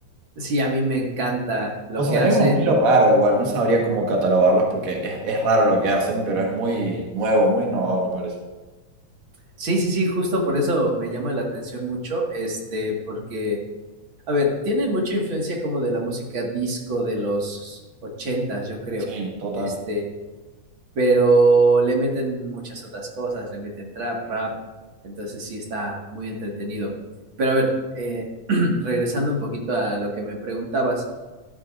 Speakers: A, on the right (about 45°); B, on the right (about 65°).
A: Sí, a mí me encanta lo
B: O sea,
A: que hacen.
B: es un estilo raro igual, no sabría cómo catalogarlos porque es, es raro lo que hacen, pero es muy nuevo, muy innovador, me parece.
A: Sí, sí, sí, justo por eso me llama la atención mucho, este, porque. A ver, tienen mucha influencia como de la música disco de los ochentas, yo creo.
B: Sí, total.
A: Este, pero le meten muchas otras cosas, le meten trap, rap, entonces sí está muy entretenido. Pero a ver, eh, <clears throat> regresando un poquito a lo que me preguntabas,